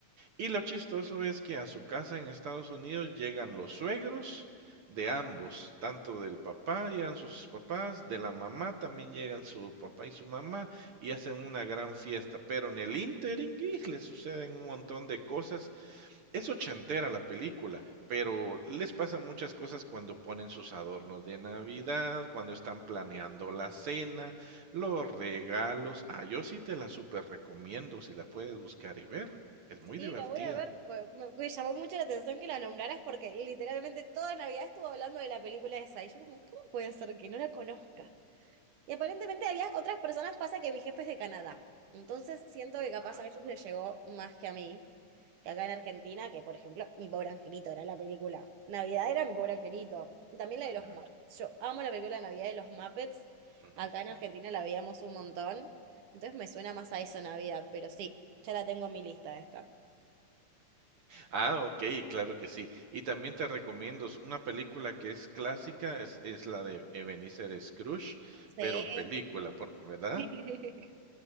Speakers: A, on the right; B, on the right.
A: y lo chistoso es que a su casa en Estados Unidos llegan los suegros de ambos, tanto del papá, llegan sus papás, de la mamá también llegan su papá y su mamá y hacen una gran fiesta, pero en el ínterin y le suceden un montón de cosas es ochentera la película, pero les pasan muchas cosas cuando ponen sus adornos de Navidad, cuando están planeando la cena, los regalos. Ah, yo sí te la super recomiendo si la puedes buscar y ver. Es muy
B: Sí,
A: divertida.
B: la voy a ver. pues, Me, me llamó mucho la atención que la nombraras porque literalmente toda Navidad estuvo hablando de la película esa. Y yo como, ¿cómo puede ser que no la conozca? Y aparentemente había otras personas, pasa que mi jefe es de Canadá. Entonces siento que capaz
A: Ah,
B: a ellos les llegó más que a mí, que acá en Argentina, que por ejemplo, Mi pobre angelito era la película. Navidad era Mi pobre angelito. Y también la
A: claro.
B: de los Muppets. Yo amo la película de Navidad de los Muppets.
A: Ujú.
B: Acá en Argentina la veíamos un montón. Entonces me suena más a eso Navidad, pero sí, ya la tengo en mi lista esta.
A: Ah, ok, claro que sí. Y también te recomiendo es una película que es clásica, es, es la de Ebenezer Scrooge,
B: Sí.
A: pero en película, porque, ¿verdad?
B: <laughs>